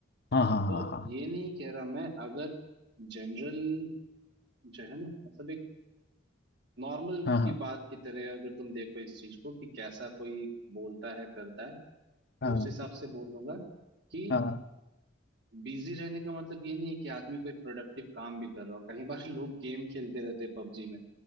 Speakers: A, on the left; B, on the right.
A: हाँ हाँ
B: तो
A: हाँ
B: ये नहीं कह रहा मैं अगर जनरल जो है ना मतलब एक नॉर्मल
A: हाँ
B: की बात की तरह अगर तुम देखो इस चीज को कि कैसा कोई बोलता है करता है
A: हाँ
B: तो उस हिसाब से बोलूंगा कि
A: हाँ हाँ हाँ
B: बिजी रहने का मतलब ये नहीं है कि आदमी कोई प्रोडक्टिव काम भी कर रहा हो कई बार लोग गेम खेलते रहते हैं पबजी में